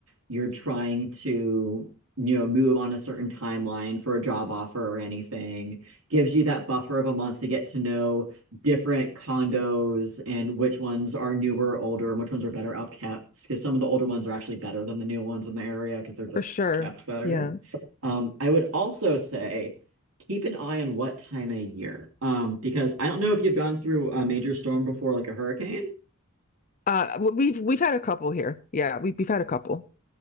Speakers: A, on the right; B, on the left.
A: You're trying to, you know, move on a certain timeline for a job offer or anything. Gives you that buffer of a month to get to know different condos and which ones are newer, older, and which ones are better upkept. Because some of the older ones are actually better than the new ones in the area because they're just
B: For sure.
A: kept better.
B: Yeah.
A: Um, I would also say keep an eye on what time of year, um, because I don't know if you've gone through a major storm before, like a hurricane.
B: Uh, w- we've we've had a couple here. Yeah, we we've had a couple.